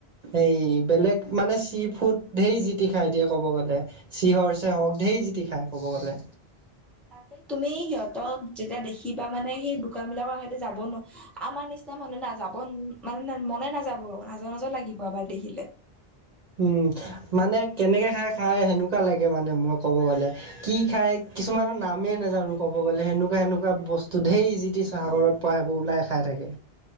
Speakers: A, on the right; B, in the centre.
A: এইেই বেলেগ মানে চি ফুড ধেৰি যি টি খায় দিয়ে ক'ব গ'লে। চিহৰ চেহক ঢেই জিতি খাই কব গ'লে।
B: তাতে তুমি সিহঁতক যেতিয়া দেখিবা মানে সেই দোকান বিলাকৰ হয়তো যাব নোৱাৰে আমাৰ নিচিনা মানুহ নাযাব মানে মনে নাযাব নাজৰ নাজৰ লাগিব আমাক দেখিলে।
A: উমঁ! মানে কেনেকে খাই খাই সেনেকুৱা লাগে মানে মই ক'ব গ'লে। কি খাই কিছুমানৰ নামেই নোজানো ক'ব গ'লে কেনেকুৱা সেনেকুৱা বস্তু ঢেইৰ জিতিছ সাগৰত হয়াইহো ওলাই খাই থাকে।